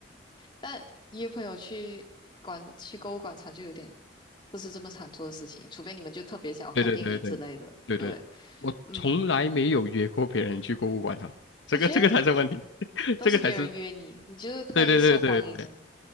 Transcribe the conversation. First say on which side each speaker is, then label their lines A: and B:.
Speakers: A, on the left; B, on the left.
A: 但约朋友去广去购物广场就有点不是这么常做的事情，除非你们就特别想要看电影之类的，
B: 对对对对对对，
A: 对，
B: 我从来没有约过别人去购物广场，
A: 嗯。
B: 这个这个才是问题，
A: 感觉
B: <laughs>
A: 都是别人约你，
B: 这个才是
A: 你就是太受欢迎了。
B: 对对对对对